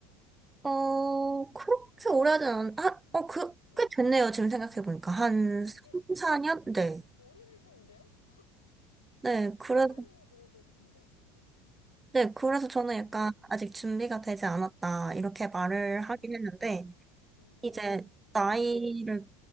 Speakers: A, on the right; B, on the left.
A: <laughs> 어, 그렇게 오래 하진 않, 아, 어, 그,
B: 네.
A: 꽤 됐네요. 지금 생각해보니까. 한
B: 어,
A: 3,
B: 꽤 됐어요?
A: 4년? 네.
B: 오래되셨는데요?
A: 네, 그래서,
B: 3, 4년이면 그래도 긴 것 같은데.
A: 네, 그래서 저는 약간
B: 네.
A: 아직 준비가 되지 않았다. 이렇게 말을
B: 아,
A: 하긴 했는데,
B: 음,
A: 이제 나이를
B: 네.